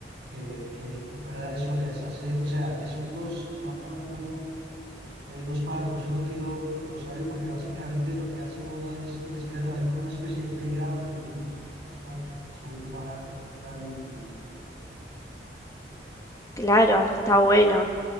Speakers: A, on the right; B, on the left.
A: que, que fuera de eso les hace, o sea, eh, son dos, mata uno, eh, dos pájaros de un solo tiro, Rosario, porque básicamente lo que hace uno es que les crea también como una especie de playground a los niños, que les gusta subir, bajar, recortar y, y, y eso.
B: claro, está bueno.